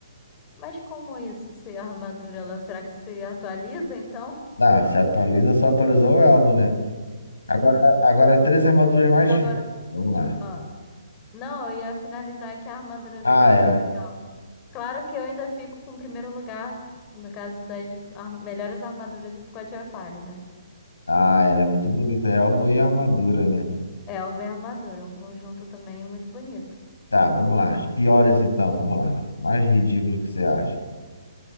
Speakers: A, on the left; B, on the left.
A: Mas como isso, se a armadura, ela, será que se atualiza então?
B: Não, se atualiza, só atualizou o elmo, né? Agora, agora três armaduras mais
A: Agora,
B: finas. Vamos lá.
A: ah, não, eu ia finalizar que a armadura
B: Ah,
A: dele eu acho
B: é.
A: legal. Claro que eu ainda fico com o primeiro lugar, no caso das ar- melhores armaduras, eu fico com a de aquário, né?
B: Ah, ela é muito bonita. É alma e armadura, né?
A: É uma armadura, um conjunto também muito bonito.
B: Tá, vamos lá. As piores então, vamos lá. Mais ridículo que você acha.